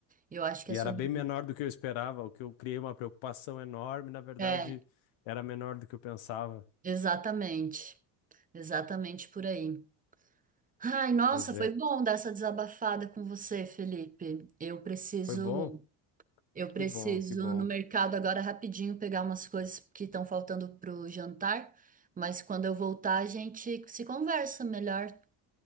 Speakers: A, on the right (about 15°); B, on the left (about 65°).
A: eu acho que
B: E
A: é sobre
B: era bem menor
A: isso.
B: do que eu esperava, o que eu criei uma preocupação enorme, na verdade,
A: É,
B: era menor do que eu pensava.
A: exatamente. Exatamente por aí. Ai, nossa,
B: Pois
A: foi
B: é,
A: bom dar essa desabafada com você, Felipe. Eu preciso,
B: foi bom?
A: eu preciso
B: Que bom, que bom.
A: no mercado agora rapidinho pegar umas coisas que estão faltando pro jantar, mas quando eu voltar a gente se conversa melhor.